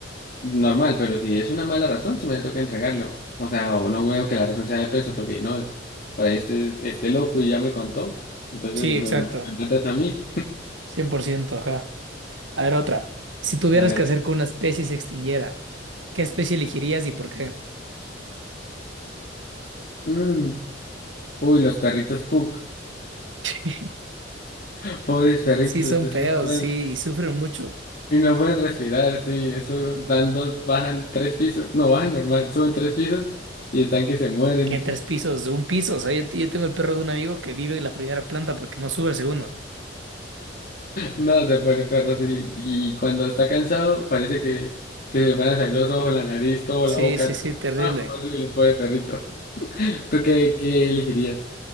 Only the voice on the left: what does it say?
Normal, pero si es una mala razón, si me toca entregarlo. O sea, o no veo que la razón sea de peso, porque no, para este, este loco y ya me contó. Entonces
me,
ma- me matas a mí.
A ver.
Mm. Uy, los perritos Pug.
<laughs> Pobres perritos,
eso
no pueden,
y no pueden respirar, sí. Eso van dos, bajan tres pisos. No, bajan normal, suben tres pisos y están que se mueren.
<laughs>
No, se muere perro y, y cuando está cansado parece que, que se le van a salir los ojos, la nariz, toda
la boca.
Ah, horrible, pobre perrito. <laughs> ¿Tú qué, qué elegirías?